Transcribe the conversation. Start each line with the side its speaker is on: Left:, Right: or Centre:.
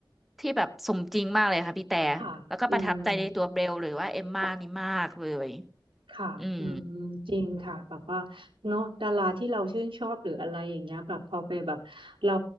Centre: ที่แบบสมจริงมากเลยค่ะพี่แต่
Right: ค่ะอืม
Centre: แล้วก็ประทับใจในตัวเบลหรือว่าเอมม่านี่มากเลย
Right: อ๋อ ค่ะอืมจริงค่ะแบบว่า
Centre: อืม
Right: เนาะดาราที่เราชื่นชอบหรืออะไรอย่างเงี้ยแบบพอไปแบบเรา